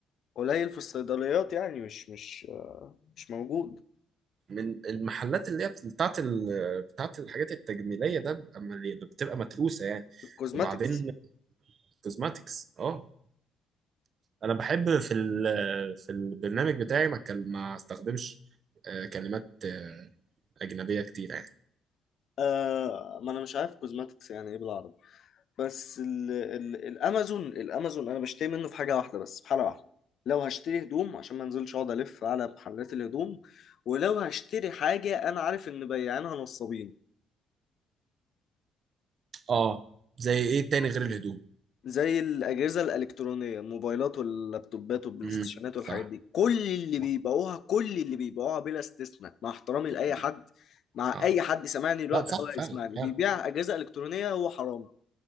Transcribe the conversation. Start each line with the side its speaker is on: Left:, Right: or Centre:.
Left: قليل في الصيدليات يعني مش مش آه، مش موجود
Right: من المحلات اللي هي بت- بتاعت ال... بتاعت الحاجات التجميليه ده بتبقى مليانة- بتبقى متروسه يعني
Left: الكوزماتكس
Right: وبعدين كوزماتكس اه انا بحب في ال... في البرنامج بتاعي ما كان ما استخدمش آه، كلمات آه، اجنبيه كتير يعني
Left: آه ما انا مش عارف كوزماتكس يعني ايه بالعربي بس ال ال الامازون الامازون انا بشتري منه في حاجه واحده بس في حاله واحده لو هشتري هدوم عشان ما انزلش اقعد الف على محلات الهدوم ولو هشتري حاجه انا عارف ان بياعينها نصابين
Right: اه زي ايه تاني غير الهدوم
Left: زي الأجهزة الإلكترونية الموبايلات واللابتوبات والبلايستيشنات
Right: امم صح
Left: والحاجات دي كل اللي بيبيعوها
Right: آه،
Left: كل اللي بيبيعوها بلا استثناء مع احترامي
Right: طب
Left: لأي
Right: طبيعي
Left: حد مع
Right: اه
Left: أي حد سامعني دلوقتي
Right: لا صح
Left: أو هيسمعني
Right: فعلا فعلا
Left: بيبيع أجهزة إلكترونية هو حرام